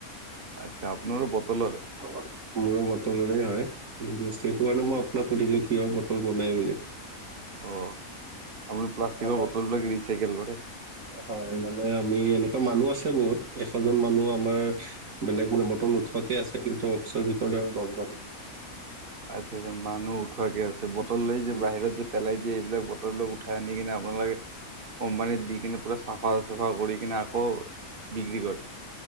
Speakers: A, on the right; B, on the right.
A: আচ্ছা আপোনাৰো বটলৰে?
B: <inaudible> মোৰো বটলৰে হয় বিজনেচটো সেইটো কাৰণে মই আপোনাক সুধিলো কিহৰ বটল বনাই বুলি।
A: অ', আপুনি প্লাষ্টিকৰ
B: আমাৰ
A: বটলবিলাক ৰিচাইকেল কৰে?
B: হয়, মানে আমি এনেকুৱা মানুহ আছে বহুত এশজন মানুহ আমাৰ বেলেগ মানে বটল উঠোৱাকে আছে কিন্তু অফিচৰ ভিতৰত আৰু দহজন।
A: আচ্ছা মানুহ উঠোৱাকে আছে। বটল লৈ যে
B: উম,
A: বাহিৰত যে পেলাই দিয়ে এইবিলাক বটল বিলাক উঠাই আনি কিনে আপোনালোকে কোম্পানী দি কিনে, পুৰা চাফা চুফা কৰি কিনে আকৌ বিক্ৰী কৰে।